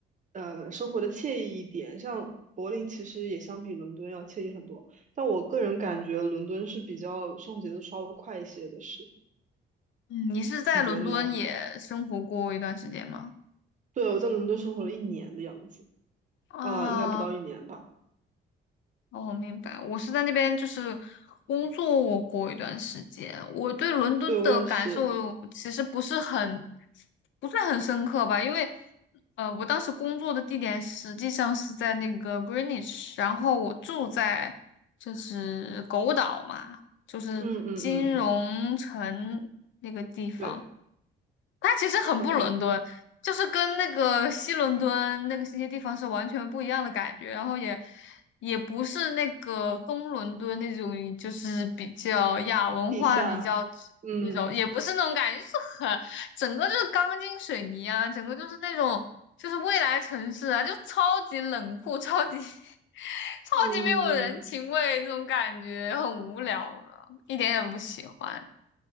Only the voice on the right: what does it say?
呃，生活的惬意一点。像柏林其实也相比伦敦要惬意很多，但我个人感觉伦敦是比较生活节奏稍微快一些的是，
你觉得呢？对，我在伦敦生活了一年的样子，
啊、应该不到一年吧？
对，我也是，
嗯嗯嗯，对
，OK，
地下，嗯
嗯。